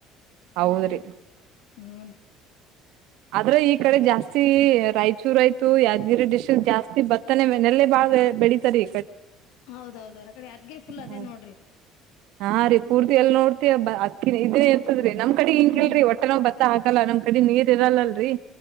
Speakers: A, on the right; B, on the left.
A: ಹೌದ್ರಿ
B: ಹೂಂ ರಿ
A: ಆದ್ರೆ ಈ ಕಡೆ ಜಾಸ್ತಿ ರಾಯಚೂರು ಆಯ್ತು ಯದ ಗಿರಿ ಡಿಶಲ್ ಜಾಸ್ತಿ ಬತ್ತನೇೆಲ್ಲಲೆ ಬಾಳ ಬೆಳೀತಾರಿ
B: ಹೌದೌದ ರಿ ಯಾದಗಿರಿ ಆ ಕಡೆ ಫುಲ್ ಅದೇ
A: ಹ
B: ನೋಡ್ರಿ
A: ಹಾ ರೀ ಪೂರ್ತಿ ಎಲ್ಲಿ ನೋಡ ಮ ಅಕ್ಕಿನ ಇದೇ ಇರ್ತದ್ರೀ ನಮ್ ಕಡೆ ಹಿಂಗಿಲ್ರರಿ
B: ಹ್ಮ್
A: ಒಟ್ಟೆ ನೆ ಭತ್ತ ಹಾಕಲ್ಲ ನಮ್ ಕಡೆ ನೀರ್ ಇರಲ್ಲಲ್ರರಿ